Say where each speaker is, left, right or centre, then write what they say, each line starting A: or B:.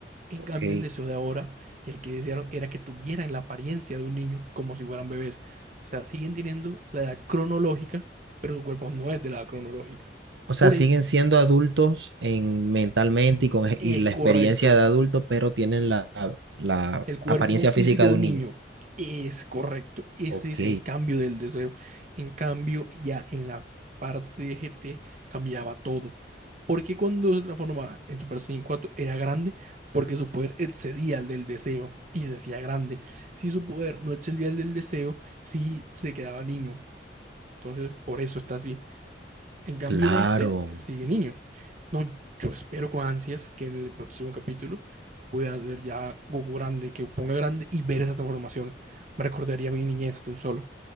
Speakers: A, on the right; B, on the right.
A: En
B: Ok.
A: cambio, el deseo de ahora, el que desearon era que tuvieran la apariencia de un niño como si fueran bebés. O sea, siguen teniendo la edad cronológica, pero su cuerpo no es de la edad cronológica.
B: O sea,
A: Por
B: siguen
A: eso
B: siendo adultos en mentalmente y con e-
A: es
B: y la
A: correcto.
B: experiencia de adulto, pero tienen la, la
A: El cuerpo
B: apariencia física
A: físico de
B: de
A: un
B: un
A: niño
B: niño.
A: es correcto. Ese
B: Ok,
A: es el cambio del deseo. En cambio, ya en la parte de GT cambiaba todo. Porque cuando se transformaba en Super Saiyan 4 era grande porque su poder excedía al del deseo y se hacía grande. Si su poder no excedía al del deseo, sí se quedaba niño. Entonces, por eso está así. En cambio,
B: claro.
A: en este eh, sigue niño. No, yo espero con ansias que en el próximo capítulo pueda ser ya Goku grande, que ponga grande y ver esa transformación. Me recordaría a mi niñez de un solo.